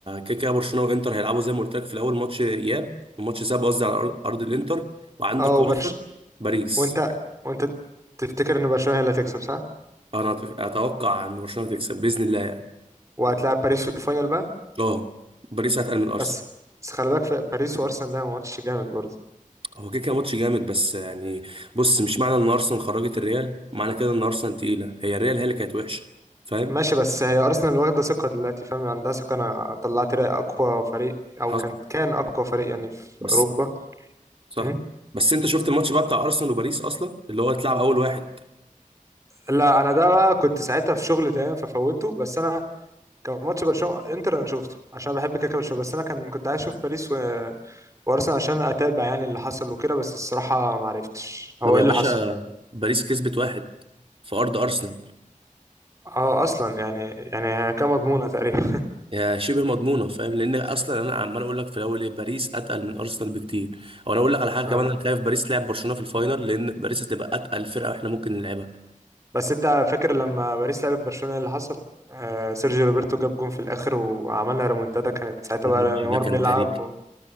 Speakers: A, on the right (about 45°); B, on the right (about 25°).
A: كده كده برشلونه وانتر هيلعبوا زي ما قلت لك في الاول ماتش اياب وماتش ساب قصدي على ارض أرض الانتر وعندك
B: اه وبرشلونة
A: ارسنال باريس
B: وانت وانت تفتكر ان برشلونة هي اللي هتكسب صح
A: انا أت- اتوقع ان برشلونه تكسب باذن الله يعني
B: وهتلاعب باريس في الفاينل بقى
A: اه باريس هتقل من ارسنال
B: بس بس خلي بالك في باريس وارسنال ده ماتش جامد برضه
A: هو كده كده ماتش جامد بس يعني بص مش معنى ان ارسنال خرجت الريال معنى كده ان ارسنال تقيله هي الريال هي اللي كانت وحشه فاهم
B: ماشي بس هي ارسنال واخده ثقه دلوقتي فاهم يعني عندها ثقه انا طلعت رأي اقوى فريق او
A: حصل
B: كان كان اقوى فريق يعني في
A: بس
B: اوروبا
A: صح
B: أمم.
A: بس انت شفت الماتش بقى بتاع ارسنال وباريس اصلا اللي هو اتلعب اول واحد
B: لا انا ده بقى كنت ساعتها في شغل تمام ففوته بس انا كان ماتش برشلونه انتر انا شفته عشان بحب كده كده برشلونه بس انا كان كنت عايز اشوف باريس و... وارسنال عشان اتابع يعني اللي حصل وكده بس الصراحه ما عرفتش
A: طب
B: هو
A: يا
B: ايه
A: باشا
B: اللي حصل
A: باريس كسبت واحد في ارض ارسنال
B: اه اصلا يعني يعني هي كان مضمونه تقريبا
A: يا شبه مضمونه فاهم لان اصلا انا عمال اقول لك في الاول ايه باريس اتقل من ارسنال بكتير او انا اقول لك على حاجه
B: <laughs>
A: كمان
B: آه.
A: انا خايف باريس لعب برشلونه في الفاينل لان باريس هتبقى اتقل فرقه احنا ممكن نلعبها
B: بس انت فاكر لما باريس لعبت برشلونة إيه اللي حصل آه سيرجيو روبرتو جاب جون في الاخر وعملنا ريمونتادا كانت ساعتها
A: الماتش
B: بقى نيمار
A: ده كان
B: بيلعب
A: تاريخي
B: و...